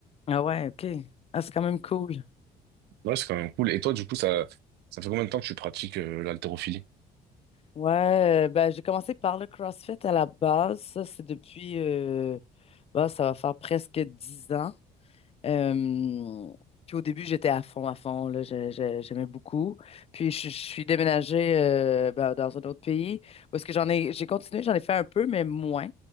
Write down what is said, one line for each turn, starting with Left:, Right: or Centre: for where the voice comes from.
Left: Ah ouais, OK. Ah, c'est quand même cool.
Right: Ouais, c'est quand même cool. Et toi, du coup, ça, ça fait combien de temps que tu pratiques euh, l'haltérophilie?
Left: Ouais, euh, ben j'ai commencé par le CrossFit à la base. Ça, c'est depuis euh, bah, ça va faire presque dix ans. Euh, puis au début, j'étais à fond, à fond, là, je- je- j'aimais beaucoup. Puis je, je suis déménagée euh, ben, dans un autre pays où est-ce que j'en ai, j'ai continué, j'en ai fait un peu, mais moins.